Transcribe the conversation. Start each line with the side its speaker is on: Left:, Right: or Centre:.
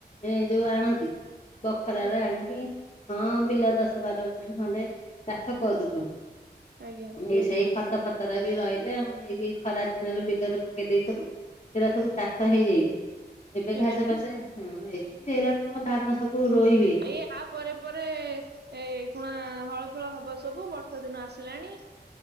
Left: ଏଁ ଯୋଉ ଆଣନ୍ତି। ବଖରାରେ
Right: ଆଜ୍ଞା
Left: ଆଣିକି ହଁ ବିଲ ଦଶ ବାର ଗୁଣ୍ଠୁ ଖଣ୍ଡେ ଚାଷ କରୁଛୁ।
Right: ଆଜ୍ଞା
Left: ଏ ସେଇ ଖତ ଫତର ବି ରହିଲେ ଆମେ ନେଇକି ଖରା ଦିନରେ ବିଲରେ ପକେଇ ଦେଇଥଥିଲୁ ସେଟା ସବୁ ଚାଷ ହେଇଯାଇଛି ଏବେ
Right: ଆଜ୍ଞା
Left: ଘାସ ଫାସ ହଁ ହେଇଛି ଏଇରା କଣ ଧାନ ସବୁ ରୋଇବେ?
Right: ଏଇ ଆ ପରେ ପରେ ଏ କୁଣା ହଳ ଫଳ ହବ ସବୁ ବର୍ଷା ଦିନ ଆସିଲାଣି।